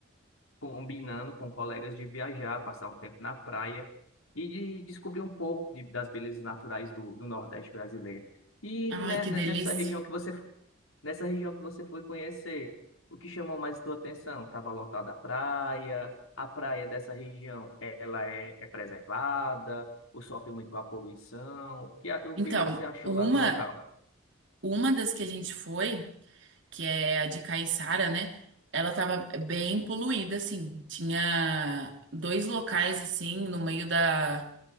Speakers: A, on the left; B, on the right.
A: combinando com colegas de viajar, passar um tempo na praia e de descobrir um pouco de- das belezas naturais do, do Nordeste brasileiro. E
B: Ai,
A: né,
B: que
A: nessa
B: delícia.
A: região que você, nessa região que você foi conhecer, o que chamou mais sua atenção? Estava lotada a praia, a praia dessa região, ela é, é preservada, ou sofre muito com a poluição? O que, a- o
B: Então,
A: que você achou
B: uma,
A: lá do local?
B: uma das que a gente foi, que é a de Caiçara, né? Ela tava bem poluída, assim. Tinha dois locais, assim, no meio da